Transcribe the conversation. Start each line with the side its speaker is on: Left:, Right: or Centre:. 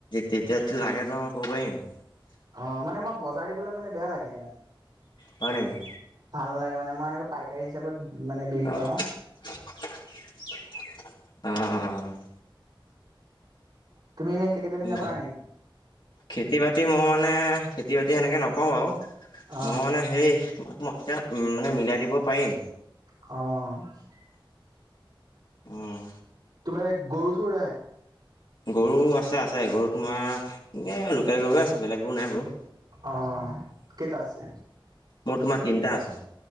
Left: তেতিয়াতো লাগে ন। <unintelligible>
Right: অ' মানে মই বজাৰ দিবলৈ মানে বেয়া লাগে।
Left: হয় নেকি?
Right: ভাল নালাগে মই এনেক পাইকাৰী হিচাপত মানে
Left: অ',
Right: বিক্ৰী কৰাও। তুমি এনেই খেতি বাতি
Left: উম,
Right: নকৰা নেকি?
Left: খেতি বাতি মই মানে খেতি বাতি সেনেকে নকৰোঁ বাৰু
Right: অ
Left: মই মানে হেৰি মই এতিয়া উম, মানে মিলাই দিব পাৰিম।
Right: অ',
Left: উম,
Right: তোমাৰ এ গৰু চৰু নাই?
Left: গৰু আছে আছে গৰু তোমাৰ এ লোকেল গৰুৱে আছে বেলেগ গৰু নাই বাৰু।
Right: অ, কেইটা আছে?
Left: মোৰ তোমাৰ তিনিটা আছে।